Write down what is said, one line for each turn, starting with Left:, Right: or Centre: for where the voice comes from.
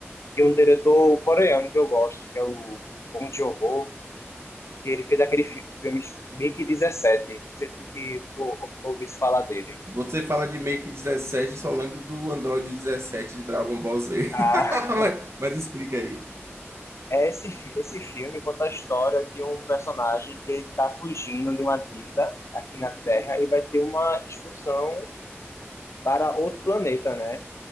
Left: de um diretor coreano que eu gosto, que é o Bong Joon-ho. E ele fez aquele fi- filme Mickey 17. Não sei se se tu ou- ouviu se falar dele.
Right: Você fala de Make 17, só lembro do Android 17 de Dragon Ball Z. <laughs>
Left: Ah,
Right: Mas, mas explica aí.
Left: é esse, fi- esse filme conta a história de um personagem que está fugindo de uma dívida aqui na Terra e vai ter uma expulsão para outro planeta, né?